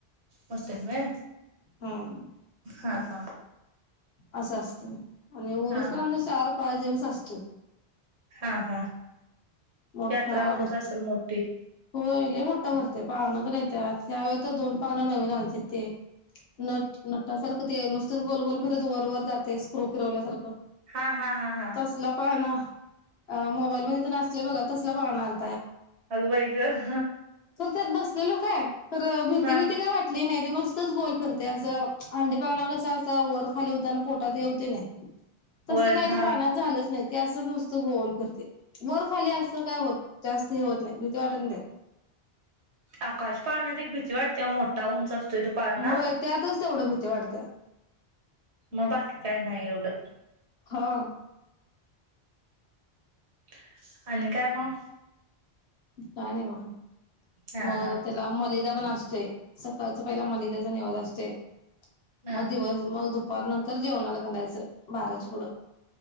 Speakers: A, on the right; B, on the left.
A: मटन व्हय
B: हम्म
A: हा हा
B: असं असत आणि उरूस
A: हा हा
B: पण आमचा चार पाच दिवस असतोय.
A: हा हा
B: मोठा
A: यात्रा भरत
B: भरती
A: असल मोठ्ठी.
B: होय लय मोठ्ठा भरतोय, पाळण पन येत्यात ह्यावेळी तर दोन पाळण नवीन आलतीत ते नट नटासारखं ते नुसतच गोलगोल फिरत वर वर जातय स्क्रू फिरवल्यासारखं
A: हा हा हा हा
B: तसला पाळणा अ मोबाईलमध्ये तेन आसतोय बघा तसला पाळणा आल.
A: अग बाई गं
B: तर त्यात बसलेलो काय तर भीती
A: हा
B: बीती काय वाटली नाही. ते मस्तच गोल फिरतय असं हंडी पाळणा कसा असा वर खाली होताना पोटात हे होतयं ने तस
A: होय
B: काय
A: हा
B: त्या पाळण्यात झालंच नाही ते असंच नुसतं गोल फिरतंय वर खाली असं काय होत जास्त हे होत नाही भीती वाटत नाही.
A: आकाश पाळण्यात एक भीती वाटत्या ओ मोठा उंच असतो. असतोय तो पाळणा,
B: होय त्यातच तेवढं भीती वाटत्या
A: मग बाकीकी काय. नाही एवढं
B: हा
A: <inaudible> आणि काय मग
B: काय नाही बघ
A: हा
B: मग
A: हा
B: त्याला मलदा पण असतोय. पहिला मलिद्याचा निवास असते,
A: हा
B: मग दिवस मग दु <inaudible> दुपार नंतर जेवणाला घालायचं. बाराच पुुडं